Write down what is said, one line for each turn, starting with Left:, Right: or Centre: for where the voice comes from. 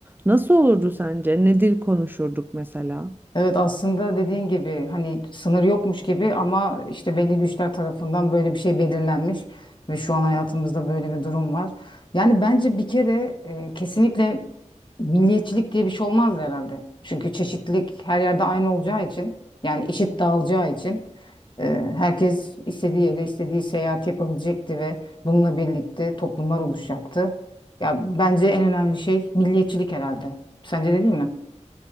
Right: Nasıl olurdu sence? Ne dil konuşurduk mesela?
Left: Evet aslında dediğin gibi hani sınır yokmuş gibi ama işte belli güçler tarafından böyle bir şey belirlenmiş ve şu an hayatımızda böyle bir durum var. Yani bence bir kere e, kesinlikle milliyetçilik diye bir şey olmazdı herhalde. Çünkü çeşitlilik her yerde aynı olacağı için yani eşit dağılacağı için e, herkes istediği yere istediği seyahat yapabilecekti ve bununla birlikte toplumlar oluşacaktı. Ya bence en önemli şey milliyetçilik herhalde. Sence de değil mi?